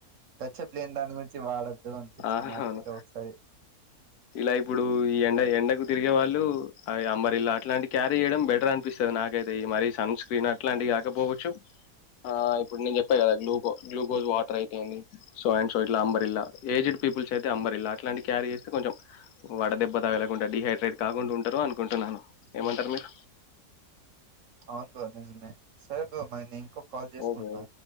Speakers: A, on the right; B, on the left.
A: టచప్ లేని దాని గురించి వాడొద్దు అనిపించి
B: ఆ!
A: నాకయితే
B: అవును.
A: ఒకసారి
B: ఇలా ఇప్పుడు ఈ ఎండ ఎండకు తిరిగే వాళ్ళు ఆ అంబరిల్ల అట్లాంటి క్యారీ చేయడం బె అనిపిస్తది నాకైతే ఈ మరి సన్ స్క్రీన్ అట్లాంటివి కాకపోవచ్చు. ఆ ఇప్పుడు నేను చెప్పా కదా గ్లూకో గ్లూకోజ్ వాటర్ అయితెంది సో అండ్ సో ఇట్ల అంబరిల్లా ఏజ్డ్ పీపుల్స్ అయితే అంబరిల్ల అట్లాంటి క్యారీ చేస్తే కొంచెం వడ దెబ్బ తాగలకుండా డిహైడ్రేట్ కాకుండా ఉంటరు అనుకుంటున్నాను. ఏమంటారు మీరు
A: అవును బ్రో నిజమే సరే బ్రో మరి నే ఇంకో కాల్ చేసుకుంటా
B: ఓకే. ఓకే.